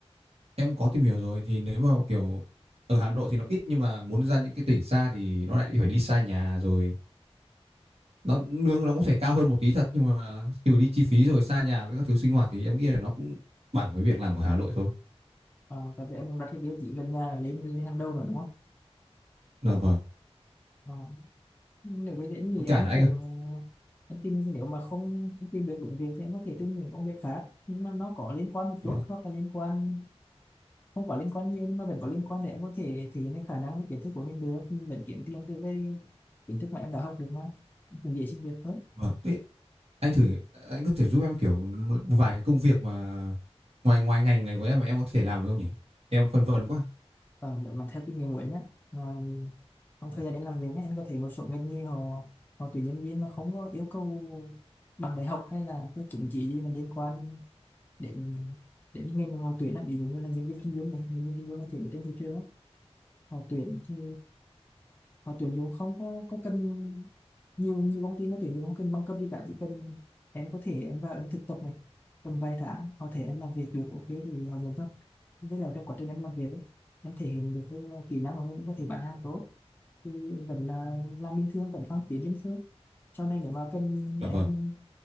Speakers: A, on the right (about 65°); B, on the left (about 15°).
A: em có tìm hiểu rồi thì nếu mà kiểu ở Hà Nội thì nó ít nhưng mà muốn ra những cái tỉnh xa thì nó lại phải đi xa nhà rồi nó lương nó cũng thể cao hơn một tí thật nhưng mà trừ đi chi phí rồi xa nhà với các thứ sinh hoạt thì em nghĩ là nó cũng bằng với việc làm ở Hà Nội thôi.
B: ờ tại vì em đặt cái tiêu chí gần nhà lên lên hàng đầu rồi đúng không
A: Là vâng.
B: Ờ, nếu với đến thì
A: Với cả
B: em
A: là anh
B: cũng
A: ơi.
B: em tìm nếu mà không không tìm được đúng việc thì em có thể tìm những công việc khác nhưng mà nó có liên quan một
A: Vâng.
B: chút hoặc là liên quan không có liên quan nhiều nhưng mà vẫn có liên quan để em có thể thể hiện cái khả năng với kiến thức của mình được mình vẫn kiếm tiền từ cái kiến thức mà em đã học được mà Em cũng dễ xin việc hơn
A: Vâng. anh thử anh có thể giúp em kiểu một vài cái công việc mà ngoài ngoài ngành này của em mà em có thể làm được không nhỉ em phân vân quá
B: còn nếu mà theo kinh nghiệm của em á mà trong
A: Đó,
B: thời gian em làm việc á, em có thể một số ngành nghề họ họ tuyển nhân viên mà không có yêu cầu bằng đại học hay là cái chứng chỉ gì mà liên quan để để những ngành mà họ tuyển làm ví dụ như là diễn viên kinh doanh này hay nhân viên kinh doanh này thì ở trên thị trường á, họ tuyển thì họ tuyển dùng không có có cần nhiều nhiều công ty nó tuyển dùng không cần bằng cấp gì cả chỉ cần em có thể em vào em thực tập này tầm vài tháng có thể em làm việc được ok thì họ nhận thôi với là trong quá trình em làm việc ấy, em thể hiện được cái kỹ năng của mình cũng có thể bán hàng tốt thì vẫn là làm bình thường vẫn phát triển bình thường sau này nếu mà cần
A: dạ
B: em
A: vâng